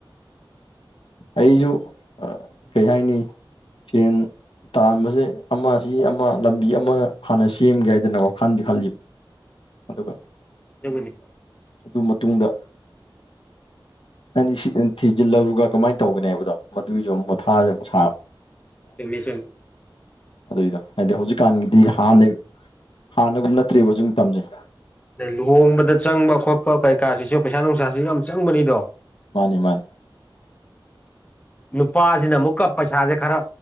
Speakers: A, on the left; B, on the left.
A: ꯑꯩꯖꯨ ꯀꯩ ꯍꯥꯏꯅꯤ ꯁꯦꯟ ꯇꯥꯟꯕꯖꯦ ꯑꯃꯁꯤ ꯑꯃ ꯂꯝꯕꯤ ꯑꯃ ꯍꯥꯟꯅ ꯁꯦꯝꯒꯦ ꯍꯥꯏꯗꯅ ꯋꯥꯈꯟꯗꯤ ꯈꯜꯂꯤꯕ ꯑꯗꯨꯒ
B: ꯌꯧꯉꯅꯤ
A: ꯑꯗꯨ ꯃꯇꯨꯡꯗ ꯑꯩꯗꯤꯁꯤꯇꯪ ꯊꯤꯖꯤꯜꯍꯧꯔꯒ ꯀꯃꯥꯏ ꯇꯧꯒꯅꯤ ꯍꯥꯏꯕꯗꯣ ꯃꯗꯨꯒꯤꯖꯨ ꯑꯃꯨꯛ ꯃꯊꯥ ꯁꯥꯕ
B: ꯇꯦꯛꯅꯤꯁꯦꯝ
A: ꯑꯗꯨꯏꯗ ꯍꯥꯏꯗꯤ ꯍꯧꯖꯤꯛꯀꯥꯟꯒꯤꯗꯤ ꯍꯥꯟꯅ ꯍꯥꯟꯅꯒꯨꯝ ꯅꯠꯇ꯭ꯔꯦꯕ ꯁꯤ ꯃꯇꯝꯁꯦ
B: ꯑꯗ ꯂꯨꯍꯣꯡꯕꯗ ꯆꯪꯕ ꯈꯣꯠꯄ ꯀꯩ ꯀꯥꯁꯤꯁꯨ ꯄꯩꯁꯥ ꯅꯨꯡꯁꯥꯁꯤꯁꯨ ꯌꯥꯝ ꯆꯪꯕꯅꯤꯗꯣ
A: ꯃꯥꯅꯤ ꯃꯥꯅꯤ
B: ꯅꯨꯄꯥꯁꯤꯅ ꯑꯃꯨꯛꯀ ꯄꯩꯁꯥꯁꯦ ꯈꯔ